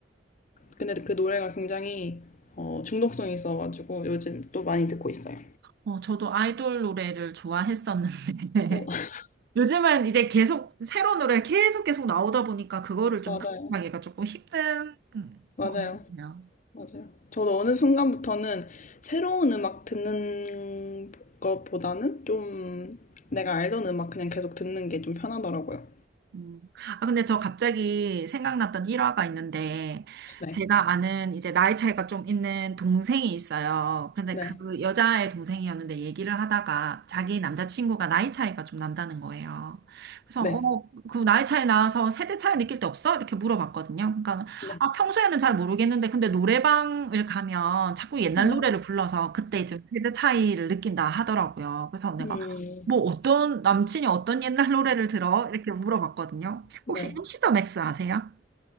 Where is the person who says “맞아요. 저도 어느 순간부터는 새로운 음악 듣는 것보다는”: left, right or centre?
Left